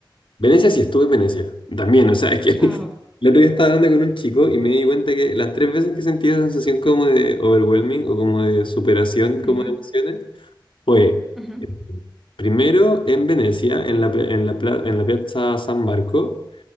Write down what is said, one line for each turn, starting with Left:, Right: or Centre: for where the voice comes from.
Left: Venecia sí estuve en Venecia. También, o sea, es que <laughs>
Centre: Ah,
Left: el otro día estaba hablando con un chico y me di cuenta que las tres veces que sentí esa sensación como de overwhelming o como de superación, como
Centre: ujú,
Left: de emociones, fue
Centre: ujú,
Left: eh, primero en Venecia, en la, pe- en la, pla- en la Piazza San Marco,